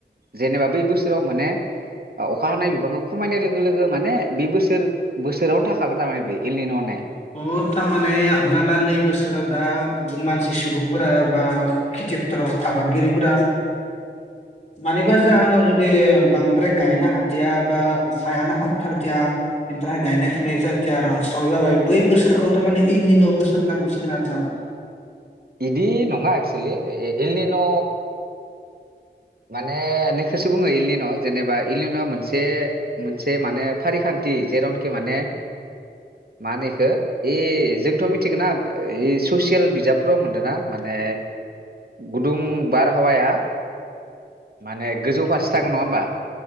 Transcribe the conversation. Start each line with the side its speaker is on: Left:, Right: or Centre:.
Right: जेनेबा बै बोसोराव माने अखा हानाय बिबांखौ खमायनाय लोगो लोगो माने बे बोसोर बोसोरावनो थाखागोन थारमाने बे एलनि न होन्नाया।
Left: बह थारमाने हमना ला नै बोसोराव दा मानसि सुबुंफोरा बा खेथि फोथाराव आबादगिरिफोरा मानिबा जाहोनाव जुदि बांद्राय गायनो हादिया बा अखायानो हाथाथारदिया बेनि थाखाय गायनाय फुनाय जाादिया रानस्राव जाबाय बै बोसोरखौ थारमाने इलनि न बोसोर होन्ना बुंसिगोन आरो नामा?
Right: बिदि नङा एक्सुवेलि एलनि न माने नोखोसो बुङो इललिन जेनेबा इललिनआ मोनसे मोनसे माने फारिखान्थि जेरावनाखि माने मा होनो इखो एह जोंथ मिथिगोना ससियेल बिजाबफोराव मोन्दो ना माने गुदुं बारहावाया माने गोजौ फारसे थाङो नङा होमबा